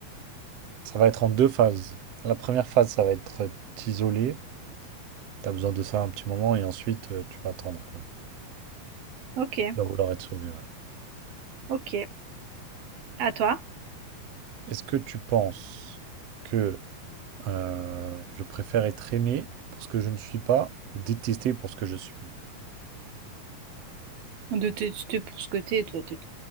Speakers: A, on the right (about 50°); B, on the right (about 75°).
A: Ça va être en deux phases. La première phase, ça va être t'isoler. T'as besoin de ça un petit moment et ensuite euh, tu vas attendre quoi.
B: Ok,
A: Tu vas vouloir être sauvé, ouais.
B: ok. À toi?
A: Est-ce que tu penses que euh, je préfère être aimé pour ce que je ne suis pas ou détesté pour ce que je suis?
B: De t'es t'es pour ce que t'es, toi, t'es